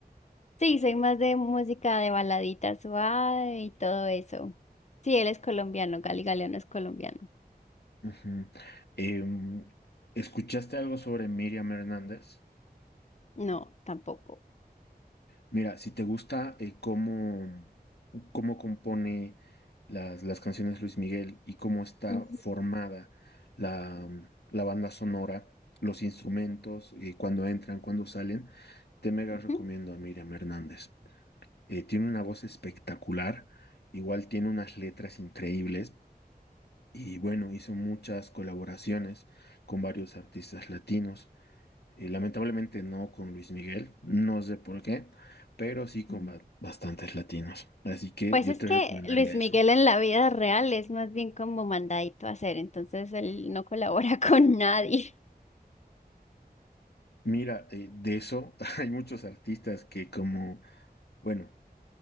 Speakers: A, on the left; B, on the left.
A: Sí, soy más de música de baladita suave y todo eso. Sí, él es colombiano, Gali Galeano es colombiano.
B: Ujú. Em, ¿escuchaste algo sobre Miriam Hernández?
A: No, tampoco.
B: Mira, si te gusta eh, cómo, cómo compone las, las canciones Luis Miguel y cómo está
A: Ujú,
B: formada la, mm, la banda sonora, los instrumentos, eh, cuando entran, cuando salen, te mega
A: ujú.
B: recomiendo a Miriam Hernández. Eh, tiene una voz espectacular, igual tiene unas letras increíbles y bueno, hizo muchas colaboraciones con varios artistas latinos. Eh, lamentablemente no con Luis Miguel, no sé por qué, pero sí con
A: Mm.
B: ba- bastantes latinos. Así que
A: Pues
B: yo
A: es
B: te
A: que
B: recomendaría
A: Luis
B: eso.
A: Miguel en la vida real es más bien como mandadito a hacer, entonces él no colabora <laughs> con nadie.
B: Mira, eh, de eso <laughs> hay muchos artistas que como, bueno,